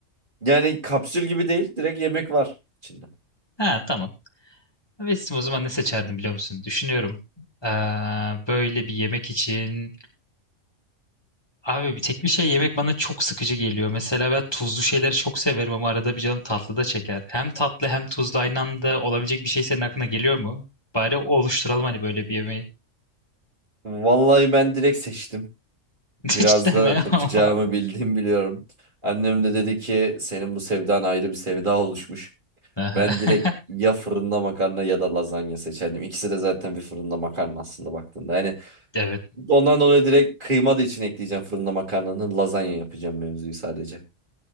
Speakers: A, on the right (about 40°); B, on the left (about 20°).
A: Yani kapsül gibi değil. Direkt yemek var içinde.
B: Ha tamam. Vestim o zaman ne seçerdim biliyor musun? Düşünüyorum. Ee, böyle bir yemek için Abi bir tek bir şey yemek bana çok sıkıcı geliyor. Mesela ben tuzlu şeyleri çok severim ama arada bir canım tatlı da çeker. Hem tatlı hem tuzlu aynı anda olabilecek bir şey senin aklına geliyor mu? Bari oluşturalım hani böyle bir yemeği.
A: Vallahi ben direkt seçtim.
B: <laughs>
A: Biraz
B: Cidden
A: da
B: mi
A: bakacağımı
B: ama?
A: bildiğimi biliyorum. Annem de dedi ki senin bu sevdan ayrı bir sevda oluşmuş.
B: <laughs>
A: Ben direkt ya fırında makarna ya da lazanya seçerdim. İkisi de zaten bir fırında makarna aslında baktığında. Yani
B: Evet.
A: ondan dolayı direkt kıyma da içine ekleyeceğim fırında makarnanın lazanya yapacağım mevzuyu sadece.